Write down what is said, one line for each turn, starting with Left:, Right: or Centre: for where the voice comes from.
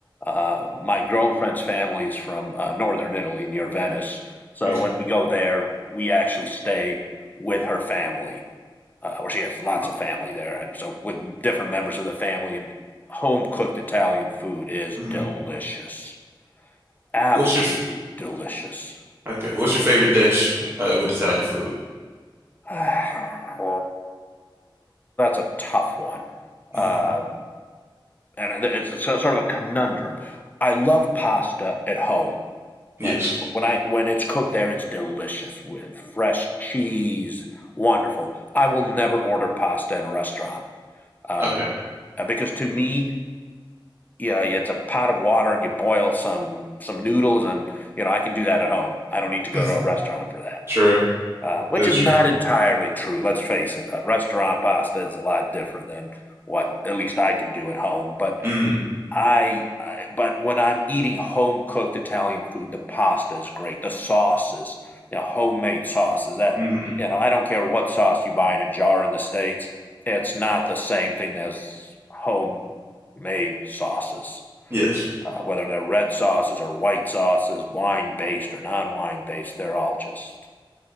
Left: uh, my girlfriend's family is from uh, northern italy near venice so
Right: Okay.
Left: when we go there we actually stay with her family uh, where she has lots of family there, and so with different members of the family and home cooked Italian food is
Right: Mhm.
Left: delicious, absolutely
Right: What's your
Left: delicious.
Right: okay? What's your favorite dish uh, with Italian food?
Left: <sighs> That's a tough one, uh,
Right: Mm.
Left: and it's a, so, sort of a conundrum. I love pasta at home.
Right: Yes.
Left: Like when I when it's cooked there, it's delicious with fresh cheese, wonderful. I will never order pasta in a restaurant uh,
Right: Okay.
Left: because to me, you know, it's a pot of water and you boil some some noodles and you know I can do that at home. I don't need to go
Right: <laughs>
Left: to a restaurant for that.
Right: True.
Left: Uh, which
Right: That is
Left: is
Right: true.
Left: not entirely true. Let's face it, a restaurant pasta is a lot different than what at least I can do at home. But
Right: Mm.
Left: I, I but when I'm eating home cooked Italian food, the pasta is great. The sauces, you know, homemade sauces that
Right: Mm.
Left: you know, I don't care what sauce you buy in a jar in the states. It's not the same thing as homemade sauces
Right: Yes.
Left: uh, whether they're red sauces or white sauces, wine based or non wine based, they're all just